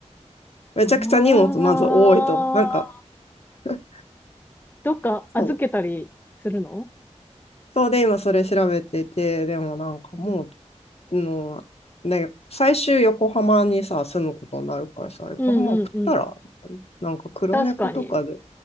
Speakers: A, on the left (about 60°); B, on the left (about 15°).
A: めちゃくちゃ荷物まず多いと、
B: ああ、
A: なんか、<laughs>
B: どっか預けたりするの
A: そうそうで、今それ調べてて、でもなんかもう、の、ね、最終横浜にさ、住むことになるからさ、横浜送ったら、
B: うんうんうん。
A: なんか黒猫とかで、
B: 確かに。